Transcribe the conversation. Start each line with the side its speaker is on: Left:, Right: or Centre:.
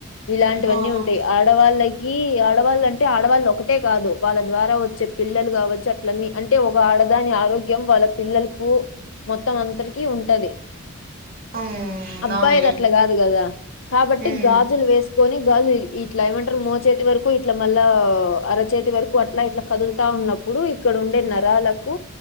Left: ఇలాంటివన్నీ
Right: ఓహో
Left: ఉంటాయి. ఆడవాళ్ళకి ఆడవాళ్ళ అంటే ఆడవాళ్ళు ఒకటే కాదు వాళ్ళ ద్వారా వచ్చే పిల్లలు కావచ్చు అలన్నీ అంటే ఒక ఆడదాని ఆరోగ్యం వాళ్ళ పిల్లలకు మొత్తం అంతరికి ఉంటది
Right: హ్మ్
Left: అబ్బాయిది
Right: అవునులే
Left: అట్లా కాదు కదా కాబట్టి
Right: హ్మ్
Left: గాజులు వేస్ కొని గాజులు ఇట్లా ఏమంటారు మో చేతి వరకు ఇట్ల మళ్ళ అరచేతి వరకు అట్లా ఇట్లా కదులుతా ఉన్నప్పు ప్పుడు ఇక్కడ ఉండే నరాలకు